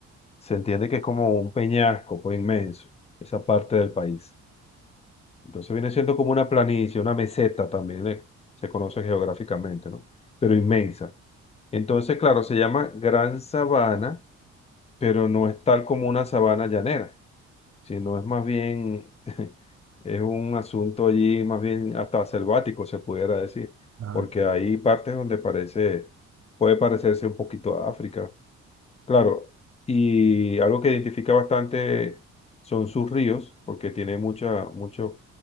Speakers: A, on the left; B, on the right.
A: se entiende que es como un peñasco, pues, inmenso, esa parte del país. Entonces viene siendo como una planicie, una meseta también, eh, se conoce geográficamente, ¿no? Pero inmensa. Entonces, claro, se llama Gran Sabana, pero no es tal como una sabana llanera, sino es más bien, <laughs> es un asunto allí más bien hasta selvático, se pudiera decir,
B: ah,
A: porque
B: qué bueno.
A: hay partes donde parece, puede parecerse un poquito a África, claro. Y algo que identifica bastante son sus ríos, porque tiene mucha, muchos